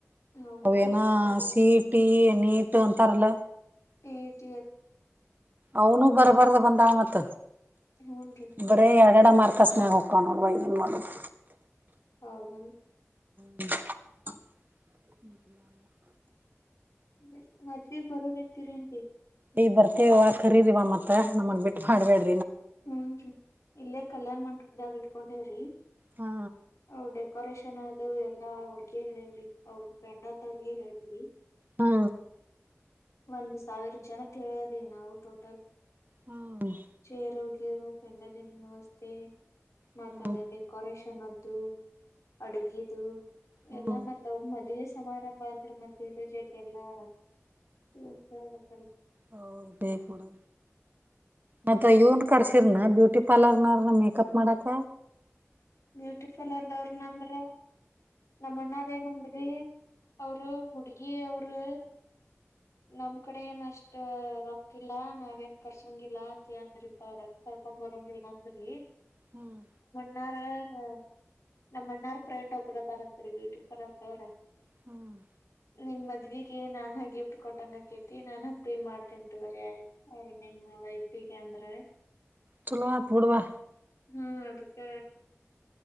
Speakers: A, on the left; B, on the right.
A: ಹೌದ್ರಿ
B: ಅವೇನ
A: ಎಲ್ಲ
B: ಸಿಇಟಿ ನೀಟ್ ಅಂತಾರಲ್ಲ
A: ಟಿ ಇ
B: ಅವನು ಬರ್ದ್ ಬರ್ದ ಬಂದಾಳ ಮತ್ತ
A: ಹೂನ್ರಿ
B: ಬರೆೇ ಯ ಎರಡ ಮಾರ್ಕಸ ನ್ಯಾಗ ಹೋಕಾವ ನೋಡ ಏನು ಮಾಡದು
A: ಹೌದ
B: ಹ್ಮ್ ಹ <unintelligible>
A: ಬ ಮದ್ವೆಗ ಬರೋರೇಂತೀರಿಂತೆ ಆಂಟಿ
B: ಈ ಬರ್ತೇವ ಕರೀದಿವ ಮತ್ತ ನಮ್ಮನ್ ಬಿಟ್ಟು ಮಾಡ್ಬೇಡ
A: ಹೂನ್ ರೀ ಇಲ್ಲೇ ಕಲ್ಯಾಣ್ ಮಂಟಪ ಇದಾಗ ಇಟ್ಕೊಂಡೇವ್ರಿ
B: ಹಾ
A: ಅವ್ ಡೆಕೋರೇಷನ್ ಅದು ಎಲ್ಲಾ ಅವ್ರಗ ಹೇಳೇವ್ರಿ ಅವ್ರ ಪೆಂಡಾಲ್ ಅವ್ರಗೆ ಹೇಳಿವ್ರರಿ
B: ಹ್ಮ
A: ಒಂದ ಸಾವಿರ ಜನ ತಿ ಹೇಳ್ರಿ ನಾವು ಟೋಟಲ್
B: ಹ್ಮ್
A: ಚೇರ ರೋ ಪೆಂಡಲ ವ್ಯವಸ್ಥೆ ಮತ್ತದ
B: ಹ್ಮ್
A: ಡೆಕೋರೇಷನ್ ಚನ್ನದ್ದು ಅಡಗಿದು
B: ಹ್ಮ್
A: ಎಲ್ಲ ಮತ್ತ ಅವ ಮದ್ವೆ ಸಮಾರಂಭ ಅಂದ್ರೆ ಎ ಟು ಝೆಡ್ ಎಲ್ಲಹೇಳಬೇಕಲರೀ
B: ಹೌದು ಬೇಕ ಬಿಡು ಮತ್ತ
A: ಹೌದೇನ್ರಿ
B: ಏನ್ ಕಸಿರ ನ ಬ್ಯೂಟಿ ಪಾರ್ಲರ್ ನ ಮೇಕಪ್ ಮಡಕ
A: ಬ್ಯೂಟಿ ಪಾರ್ಲರ್ದವ್ರನಂದ್ರ ನಮ್ಮ ಅಣ್ಣಾರ್ ಏನಂದ್ರಿ ಅವರು ಹುಡುಗ ಏ ಅವರು ನಮ ಕಡೆ ಏನಷ್ಟ ರೊಕ್ಕಿಲ್ಲಾ ನಾವೇನ್ ಕರ್ಸೋಂಗಿಲ್ಲಾ ಅಂದ್ರಪ ಅವ್ರ ಕರ್ಕೊ ಬರೊಂಗಿಲ್ಲ ಅಂದ್ರಿ.
B: ಹ್ಮ್
A: ಣ್ಣರ ಹ್ಮ ನಮ್ಮ ಅಣ್ಣಾರ್ ಫ್ರೆಂಡ್ ಒಬ್ರದಾರಂತರಿ ಬ್ಯೂಟಿ ಪಾರ್ಲರ್ದವ್ರ.
B: ಹ್ಮ್
A: ನಿಮ್ ಮದ್ವಿಗೆ ನಾನ ಗಿಫ್ಟ್ ಕೊಟ್ಟಂಗಕೇತಿ ನಾನಾಗ ಪ್ರೀ ಮಾಡ್ತನ್ ತಗರಿ ಅವ್ರ ನಿಮ್ಮ ವೈಫಿಗೆ ಅಂದ್ರ
B: ಚಲೋ ಆತ್ ಬಿಡವಾ.
A: ಹ್ಮ್ ಅದಕ್ಕ.